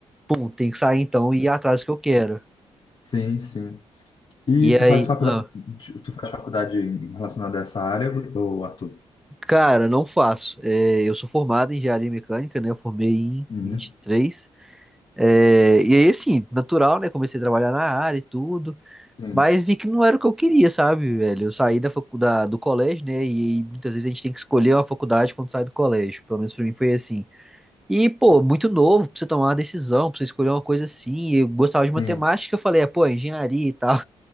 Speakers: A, in the centre; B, on the left.
A: pum, tenho que sair então e ir atrás do que eu quero.
B: Sim, sim. E
A: E
B: tu
A: aí,
B: faz faculdade,
A: ah,
B: tu faz faculdade relacionada a essa área, ou Arthur?
A: cara, não faço. É, eu sou formado em engenharia mecânica, né? Eu formei em
B: Uhum.
A: vinte e três É, e aí, assim, natural, né? Comecei a trabalhar na área e tudo,
B: Sim,
A: mas vi que não era o que eu queria, sabe, velho? Eu saí da faculdade, do colégio, né? E, muitas vezes a gente tem que escolher uma faculdade quando sai do colégio. Pelo menos pra mim foi assim. E, pô, muito novo pra você tomar uma decisão, pra você escolher uma coisa assim. Eu gostava de matemática,
B: sim.
A: eu falei, é, pô, engenharia e tal.